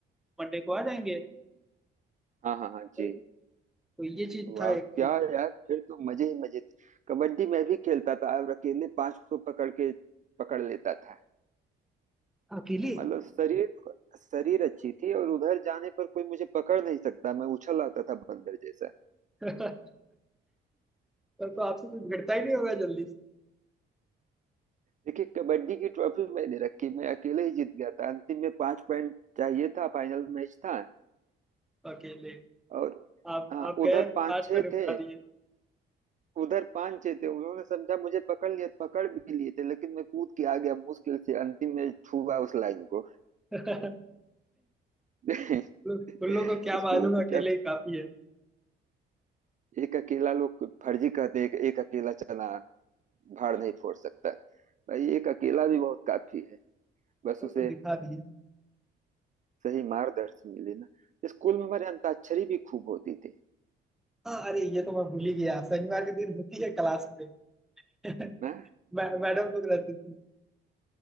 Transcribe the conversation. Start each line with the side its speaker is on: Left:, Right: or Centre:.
Centre: मंडे को आ जाएंगे
Right: हाँ हाँ हाँ जी
Centre: तो ये चीज
Right: वाह
Centre: था एक
Right: क्या यार फिर तो मजे ही मजे थे कबड्डी मैं भी खेलता था और अकेले पांच को पकड़ के पकड़ लेता था
Centre: अकेले
Right: मतलब शरीर शरीर अच्छी थी और उधर जाने पर कोई मुझे पकड़ नहीं सकता मैं उछल आता था बंदर जैसा
Centre: <laughs> तब तो आपसे कुछ भिड़ता ही नहीं होगा जल्दी से।
Right: देखिए कबड्डी की ट्रॉफी मैंने रखी मैं अकेले ही जीत गया था अंतिम में पांच पॉइंट चाहिए था फाइनल मैच था
Centre: अकेले
Right: और
Centre: आप
Right: हाँ
Centre: आप
Right: उधर
Centre: गए
Right: पांच
Centre: पांच
Right: छह
Centre: को निपटा
Right: थे
Centre: दिए
Right: उधर पांच छह थे उन्होंने समझा मुझे पकड़ लिया पकड़ भी लिए थे लेकिन मैं कूद के आ गया मुश्किल से अंतिम में छुआ उस लाइन को
Centre: <laughs>
Right: <laughs>
Centre: उन उन लोगों को क्या
Right: स्कूल
Centre: मालूम
Right: की
Centre: अकेले
Right: तरफ
Centre: ही काफी है
Right: एक अकेला लोग फर्जी कहते हैं कि एक अकेला चना भाड़ नहीं फोड़ सकता भाई एक अकेला भी बहुत काफी है बस
Centre: वो
Right: उसे
Centre: तो दिखा दिए
Right: सही मार्गदर्शन मिले ना स्कूल में हमारे अंताक्षरी भी खूब होती थी
Centre: हाँ अरे ये तो मैं भूल ही गया शनिवार के दिन होती है क्लास में <laughs>
Right: ना
Centre: मै- मैडम लोग रहती थी